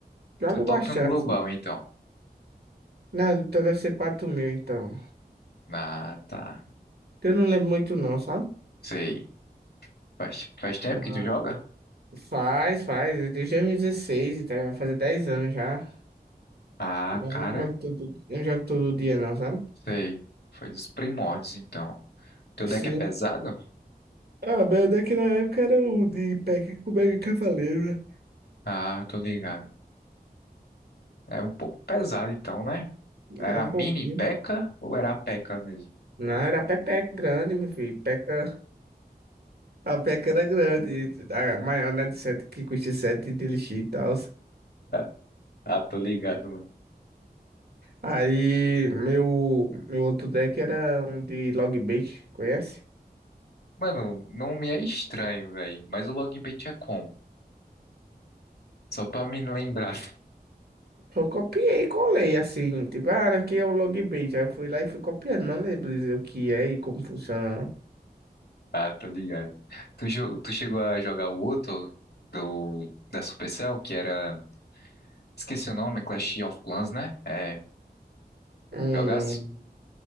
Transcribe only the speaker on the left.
Tu é top
um global, então.
Ah, tá.
Sei. Faz, faz tempo
que tu joga?
Ah,
cara.
Sei. Foi dos primórdios, então. Teu deck
é pesado?
Ah, tô ligado. É um pouco pesado, então, né?
Era
a mini
P.E.K.K.A. ou era a P.E.K.K.A. mesmo?
Ah, ah, tô ligado, mano.
Mano, não me é estranho, velho. Mas o logbait é como? Só pra me lembrar.
Ah, tô ligado. Tu, jo- tu chegou a jogar o outro do, da Supercell, que era. Esqueci o nome, Clash of Clans, né? É.
Jogasse?